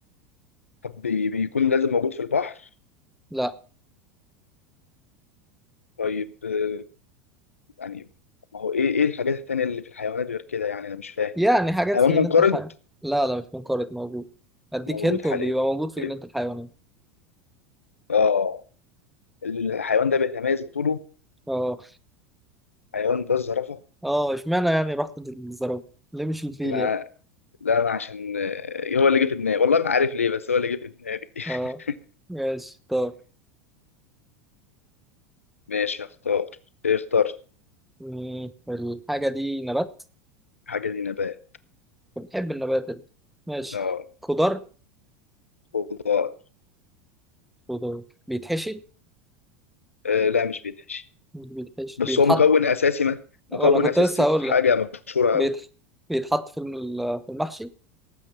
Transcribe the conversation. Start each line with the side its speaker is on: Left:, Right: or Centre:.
Left: طب بي... بيكون لازم موجود في البحر
Centre: لا
Left: طيب آه، يعني ما هو ايه ايه الحاجات التانية اللي في الحيوانات غير كده يعني انا مش فاهم
Centre: يعني حاجات
Left: حيوان
Centre: في جنينة
Left: منقرض
Centre: الحيوان لا لا مش منقرض موجود أديك
Left: موجود
Centre: هنت
Left: حاليا
Centre: وبيبقى موجود في
Left: إيه؟
Centre: جنينة الحيوانات
Left: اه الحيوان ده بيتميز بطوله
Centre: أه
Left: حيوان ده الزرافة
Centre: أه إشمعنى يعني رحت للزرافة ليه مش الفيل
Left: ما
Centre: يعني
Left: لا انا عشان آه، هو اللي جه في دماغي والله ما عارف ليه بس هو اللي جه في دماغي <laughs>
Centre: أه ماشي طب
Left: ماشي هختار إيه اخترت
Centre: مم، الحاجة دي نبات
Left: حاجه دي نبات
Centre: بتحب النبات أنت. ماشي
Left: لا
Centre: خضار
Left: خضار
Centre: خضار بيتحشي
Left: آه، لا مش بيتحشي
Centre: مش بيتحشي
Left: بس
Centre: بيتحط
Left: هو مكون اساسي ما مكون
Centre: وانا كنت
Left: اساسي
Centre: لسه هقول
Left: في حاجه
Centre: لك
Left: مشهوره
Centre: بيتح...
Left: قوي
Centre: بيتحط في الم- في المحشي